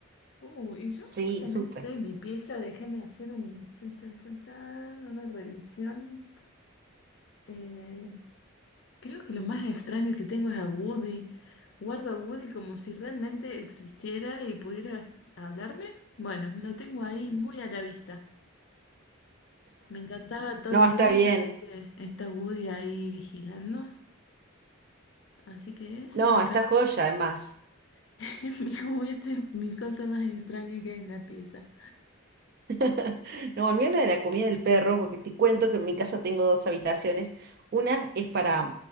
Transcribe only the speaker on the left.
Uh, y yo
justamente
estoy en mi pieza. Déjame hacer un chan, chan, chan, chan, una revisión. Eh, creo que lo más extraño que tengo es a Woody. Guardo a Woody como si realmente existiera y pudiera hablarme. Bueno, lo tengo ahí muy a la vista. Me encantaba Toy
Story,
así que está Woody ahí vigilando. Así que ese
capaz
<laughs> es mi juguete, mi cosa más extraña que hay en la pieza.